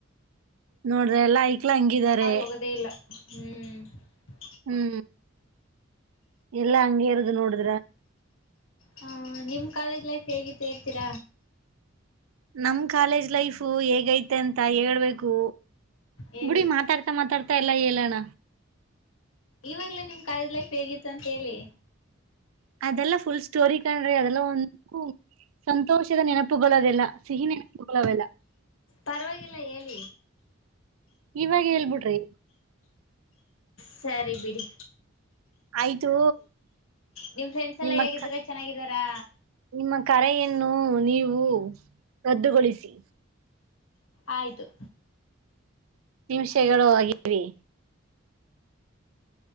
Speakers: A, on the right; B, on the left.
A: ನೋಡ್ರ ಎಲ್ಲಾ ಐಕ್ಲ ಹಂಗಿದಾರೆ
B: ಹೋಗೋದೇ ಇಲ್ಲ ಹ್ಮ್.
A: ಹ್ಮ್ ಎಲ್ಲಾ ಹಂಗಗೆ ಇರುದು ನೋಡಿದ್ರ
B: ಹ ನಿಮ್ ಕಾಲೇಜ್ ಲೈಫ್ ಹೇಗಿತ್ತು ತೇ ತಿರ
A: ನಮ್ ಕಾಲೇಜ್ ಲೈಫು ಹೇಗೈತೆ ಅಂತ ಹೇಳ್ಬೇಕು.
B: ಹೇಳಿ
A: ಬುಡಿ ಮಾತಾಡ್ತಾ ಮಾತಾಡ್ತ. ತಲ್ಲ ಇಲಣ.
B: ಇವಾಗ್ಲೇ ನಿಮ್ ಕಾಲೇಜ್ ಲೈಫ್ ಹೇಗಿತ್ತು ಅಂತ ಹೇಳಿ
A: ಅದೆಲ್ಲ ಫುಲ್ ಸ್ಟೋರಿ ಕಣ್ರಿ ಅದೆಲ್ಲ ಒಂದು ಸಂತೋಷದ ನೆನಪುಗಳದೆೆಲ್ಲ ಸಿಹಿ ನೆನಪುಗಳವೆೆಲ್ಲ
B: ಪರವಾಗಿಲ್ಲ ಹೇಳಿ
A: ಇವಾಗ ಹೇಳ್ಬಿಡ್ರಿ
B: ಸರಿ ಬಿಡಿ
A: ಆಯ್ತು.
B: ನಿಮ್ ಫ್ರೆಂಡ್ಸ್ ಎಲ್ಲಾ
A: ನಿಮ್ಮ
B: ಹೇಗಿದ್ರ
A: ಕ
B: ಚೆನ್ನಾಗಿದಾರಾ
A: ನಿಮ್ಮ ಕರೆಯನ್ನು ನೀವು ರದ್ದುಗೊಳಿಸಿ
B: ಆಯ್ತು
A: ನಿಮಿಷಗಳು ಹಾಗ. ಹರಿ.